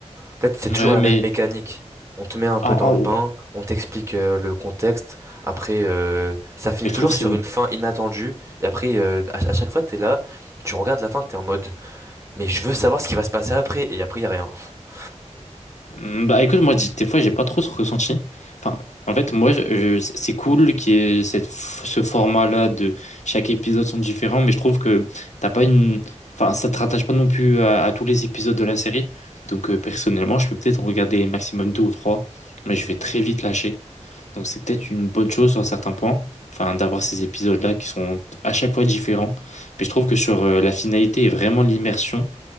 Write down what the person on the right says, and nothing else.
En fait, c'est
toujours la
même mécanique. On te met un
peu dans
le bain,
on t'explique euh, le contexte. Après, euh, ça finit
toujours
sur
une fin inattendue. Et après, euh, à, à chaque fois, t'es là, tu regardes la fin, t'es en mode, mais je veux savoir ce qui va se passer après. Et après, y a rien. <laughs>